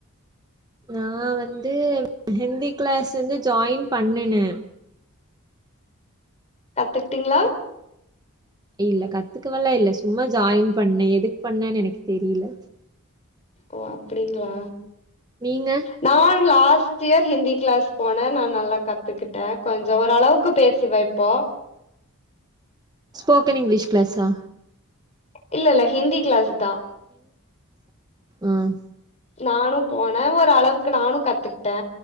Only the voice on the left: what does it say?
கத்துக்கிட்டீங்களா
ஓ அப்படிங்களா
நா last year Hindi class போனே நா நல்லா கத் துக்கிட்டேன் கொஞ்ச ஓரளவுக்கு பேச சுவே இப்போ
இல்ல இல்ல ஹிந்தி கிளாஸ்தா
நானும் போனே ஓரளவுக்கு நானு கத்துக்கிட்டே